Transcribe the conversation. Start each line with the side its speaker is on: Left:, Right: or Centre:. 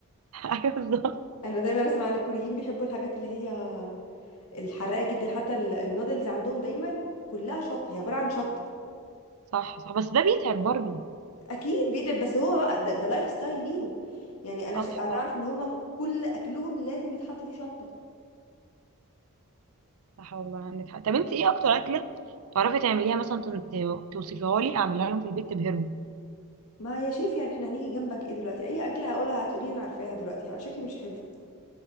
Right: <laughs> ايوه بالظبط
Left: انا دايما اسمع ان الكوريين بيحبوا الحاجات اللي هي الحراقه جدا حتى ال- النودلز عندهم دايما كلها شطه هي عباره عن شطه
Right: صح صح بس ده بيتعب برضه
Left: اكيد بيتعب بس هو بقى ده, ده لايف ستايل ليهم يعني انا
Right: صح
Left: ش... انا
Right: صح
Left: اعرف ان هم كل اكلهم لازم يتحط فيه شطه
Right: صح والله عندك حق طب انت ايه اكتر اكله تعرفي تعمليها مثلا تن- ت- توصفيها لي اعملها لهم في البيت تبهرهم
Left: ما يا شيف يعني احنا هنيجي جنبك ايه دلوقتي اي اكله هقولها هتقولي لي انا عارفاها دلوقتي هيبقى شكلي مش حلو